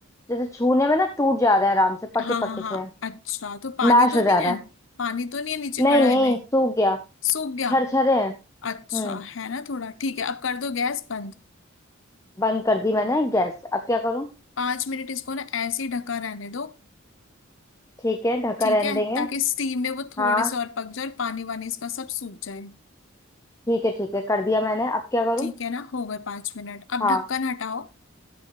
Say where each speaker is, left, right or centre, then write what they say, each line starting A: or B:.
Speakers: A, on the left (about 15°); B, on the left (about 65°).
A: जैसे छूने में ना टूट जा रहे हैं आराम से पके
B: हाँ हाँ
A: पके
B: हाँ
A: से
B: अच्छा तो पानी
A: मैश
B: तो
A: हो जा
B: नहीं
A: रहा
B: है
A: है
B: पानी तो नहीं है नीचे
A: नहीं
B: कढ़ाई
A: नहीं
B: में
A: सूख गया
B: सूख गया
A: छरछरे हैं
B: अच्छा
A: हम्म
B: है ना थोड़ा ठीक है अब कर दो गैस बंद
A: बंद कर दी मैंने गैस अब क्या करूं
B: पांच मिनट इसको ना ऐसे ही ढका रहने दो
A: ठीक है ढक्कन
B: ठीक
A: रहने
B: है
A: देंगे
B: ताकि स्टीम में वो थोड़े
A: हाँ
B: से और पक जाए और पानी वानी इसका सब सूख जाए
A: ठीक है ठीक है कर दिया मैंने अब क्या करूं
B: ठीक है ना हो गए पांच मिनट अब
A: हाँ
B: ढक्कन हटाओ